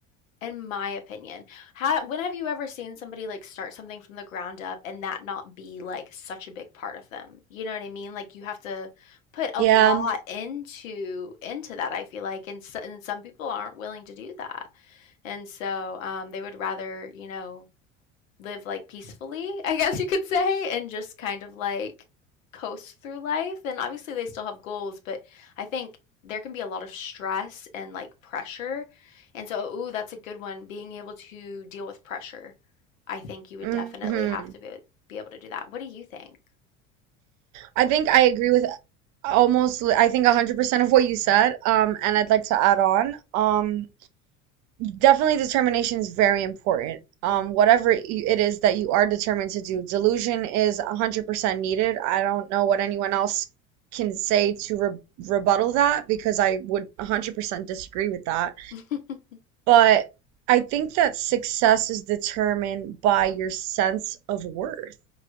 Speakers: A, on the left (about 70°); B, on the right (about 45°).
A: in my opinion. How, when have you ever seen somebody like start something from the ground up and that not be like such a big part of them? You know what I mean? Like you have to put a
B: Yeah.
A: lot into into that, I feel like, and, so, and some people aren't willing to do that. And so um, they would rather, you know, live like peacefully, I guess you could say, and just kind of like coast through life. And obviously, they still have goals, but I think there can be a lot of stress and like pressure. And so, ooh, that's a good one. Being able to deal with pressure. I think you would
B: Mm-hmm.
A: definitely have to be, be able to do that. What do you think?
B: I think I agree with almost, I think 100% of what you said. Um, and I'd like to add on. Um, Definitely determination is very important. Um,
A: hmm
B: whatever it is that you are determined to do, delusion is 100% needed. I don't know what anyone else can say to re rebuttal that because I would 100% disagree with that.
A: <laughs>
B: But I think that success is determined by your sense of worth.